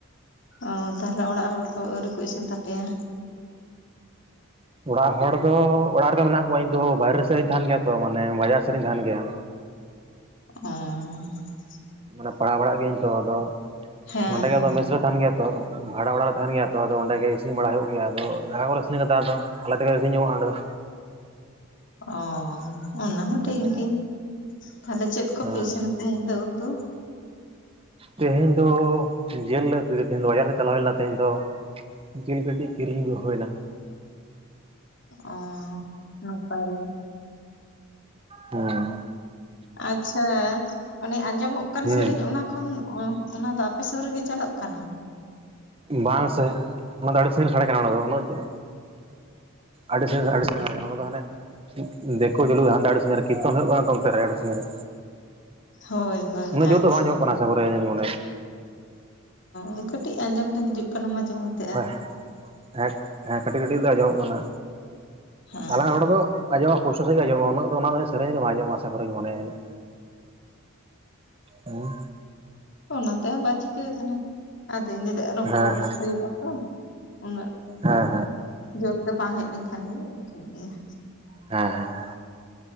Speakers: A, on the left; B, on the right.
A: ᱚᱸ ᱛᱟᱦᱞᱮ ᱚᱲᱟᱜ ᱦᱚᱲ ᱠᱚ, ᱟᱹᱣᱨᱤ ᱠᱚ ᱤᱥᱤᱱ ᱛᱟᱯᱮᱭᱟ?
B: ᱚᱲᱟᱜ ᱦᱚᱲ ᱫᱚ ᱚᱲᱟᱜ ᱨᱮᱜᱮ ᱢᱮᱱᱟᱜ ᱠᱚᱣᱟ᱾ ᱤᱧ ᱫᱚ ᱦᱚ ᱵᱟᱭᱨᱮ ᱥᱮᱜᱼᱤ ᱛᱟᱦᱮᱱ ᱜᱮᱭᱟ ᱛᱚ, ᱢᱟᱱᱮ ᱵᱟᱡᱟᱨ ᱥᱮᱜ ᱨᱤᱧ ᱛᱟᱦᱮᱱ ᱜᱮᱭᱟ᱾
A: ᱦᱮᱸ᱾
B: ᱢᱟᱱᱮ ᱯᱟᱲᱟᱣ ᱵᱟᱲᱟᱜ ᱜᱤᱭᱟᱹᱧ ᱛᱚ᱾ ᱟᱫᱚ
A: ᱦᱮᱸ
B: ᱱᱚᱰᱮ
A: ᱦᱮᱸ
B: ᱜᱮ ᱟᱫᱚ ᱢᱮᱥ ᱨᱮ ᱛᱟᱦᱮᱱ ᱜᱮᱭᱟ ᱛᱚ᱾ ᱵᱷᱟᱲᱟ ᱚᱲᱟᱜ ᱨᱮ ᱛᱟᱦᱮᱱ ᱜᱮᱭᱟ ᱛᱚ᱾ ᱟᱫᱚ ᱚᱸᱰᱮ ᱜᱮ ᱤᱥᱤᱝ ᱵᱟᱲᱟ ᱦᱩᱭᱩᱜ ᱜᱮᱭᱟ᱾ ᱟᱫᱚ ᱨᱟᱝᱟ ᱠᱚᱨᱮ ᱥᱤᱱ ᱠᱟᱫᱟ᱾ ᱟᱫᱚ ᱟᱞᱮ ᱛᱮᱜᱮ ᱤᱥᱤᱱ ᱡᱚᱝᱚᱜᱼᱟ ᱚᱸᱰᱮ ᱫᱚ᱾
A: ᱚ, ᱚᱱᱟ ᱦᱚᱸ ᱴᱤᱠ
B: ᱫᱚ
A: ᱜᱤ, ᱛᱷᱟᱞᱮ ᱪᱮᱫ
B: ᱦᱮᱸ
A: ᱠᱚᱯᱮ ᱤᱥᱤᱱᱟ? ᱛᱤᱧ ᱫᱚ ᱩᱛᱩ?
B: ᱛᱮᱦᱮᱧ ᱫᱚ ᱡᱮᱹᱞ ᱞᱮ ᱩᱛᱩᱭ ᱫᱟ᱾ ᱛᱮᱦᱮᱧ ᱫᱚ ᱵᱟᱡᱟᱨ ᱦᱮᱜ ᱪᱟᱞᱟᱣ ᱦᱩᱭ ᱞᱮᱱᱟ, ᱛᱮᱦᱮᱧ ᱫᱚ᱾ ᱡᱤᱞ ᱠᱟᱹᱴᱤᱡ ᱠᱤᱨᱤᱧ ᱜᱩ ᱦᱩᱭᱱᱟ᱾
A: ᱚᱸ, ᱱᱟᱯᱟᱭ ᱜᱮ᱾
B: ᱦᱩᱸ᱾
A: ᱟᱪᱪᱷᱟ, ᱚᱱᱮ ᱟᱸᱡᱚᱢᱚᱜ ᱠᱟᱱ
B: ᱦᱮᱸ
A: ᱥᱮᱨᱮᱧ, ᱚᱱᱟ ᱠᱷᱚᱱ ᱚᱸᱦ ᱚᱱᱟ ᱫᱚ ᱟᱯᱮ ᱥᱩᱨ ᱨᱮᱜᱮ ᱪᱟᱞᱳᱜ ᱠᱟᱱᱟ?
B: ᱵᱟᱝ ᱥᱮ, ᱚᱱᱟ ᱫᱚ ᱟᱹᱰᱤ ᱥᱟᱺᱜᱤᱸ ᱨᱮ ᱥᱟᱰᱮ ᱠᱟᱱᱟ, ᱚᱱᱟ ᱫᱚ ᱩᱱᱟᱹᱜ ᱡᱳ ᱟᱰᱤ ᱥᱟᱺᱜᱤ ᱨᱮ, ᱟᱰᱤ
A: ᱚ
B: ᱥᱟᱺᱜᱤᱧ ᱨᱮ ᱥᱟᱰᱮ ᱠᱟᱱᱟ᱾ ᱚᱱᱟ ᱫᱚ ᱦᱟᱱᱮ ᱫᱤᱜ ᱫᱮᱠᱳ ᱪᱟᱞᱩ ᱦᱟᱱᱛᱮ ᱟᱰᱤ ᱥᱟᱺᱜᱤᱸ ᱨᱮ ᱠᱤᱨᱛᱚᱱ ᱦᱩᱭᱩᱜ ᱠᱟᱱᱟ ᱛᱚ ᱚᱱᱛᱮ ᱨᱮ ᱟᱰᱤ ᱥᱟᱺᱜᱤᱧ ᱨᱮ᱾
A: ᱦᱳᱭ ᱦᱳᱭ
B: ᱩᱱᱟᱹᱜ ᱡᱳᱨ
A: ᱟᱪᱪᱷᱟ
B: ᱫᱚ ᱵᱟᱝ ᱟᱸᱡᱚᱢᱚᱜ ᱠᱟᱱᱟ, <inaudible>
A: ᱚᱸ ᱠᱟᱹᱴᱤᱡ ᱟᱸᱡᱚᱢ ᱫᱚ ᱦᱤᱡᱩᱜ ᱠᱟᱱᱟ ᱢᱟᱡᱮ ᱢᱚᱫ
B: ᱮᱸᱦ ᱦᱮᱸᱠ ᱦᱮᱸ, ᱠᱟᱹᱴᱤᱜ-ᱠᱟᱹᱴᱤᱜ ᱫᱚ ᱟᱸᱡᱚᱢᱚᱜ ᱠᱟᱱᱟ,
A: ᱦᱮᱸ
B: ᱟᱞᱟᱝᱟᱜ ᱨᱚᱲ ᱫᱚ ᱟᱸᱡᱚᱢᱚᱜ ᱯᱩᱥᱴᱚ ᱥᱟᱺᱦᱤᱡ ᱜᱮ ᱟᱸᱡᱚᱢᱚᱜᱼᱟ᱾ ᱩᱱᱟᱹᱜ ᱫᱚ ᱚᱱᱟ ᱫᱚᱭ ᱥᱮᱨᱮᱧ ᱵᱟᱝ ᱟᱸᱡᱚᱢᱚᱜᱼᱟ, ᱟᱥᱟᱠᱚᱨᱮᱧ ᱢᱚᱱᱮᱭᱮᱫᱟ᱾ ᱮᱸ,
A: ᱚᱱᱟ ᱛᱮ ᱵᱟᱭ ᱪᱤᱠᱟᱹ ᱠᱟᱱᱟ, ᱟᱫᱚ ᱤᱱᱟᱹ ᱛᱮᱜ ᱨᱚᱯᱚᱲ
B: ᱦᱮᱸ ᱦᱮᱸ
A: ᱦᱩᱭᱩᱜᱼᱟ ᱛᱚ, ᱩᱱᱟᱹᱜ
B: ᱦᱮᱸ
A: ᱡᱳᱨ ᱛᱮ ᱵᱟᱝ ᱦᱮᱡ ᱞᱮᱝ ᱠᱷᱟᱱ ᱜᱮ ᱴᱷᱤᱠ ᱜᱮᱭᱟ᱾
B: ᱦᱮᱸ, ᱦᱮᱸ᱾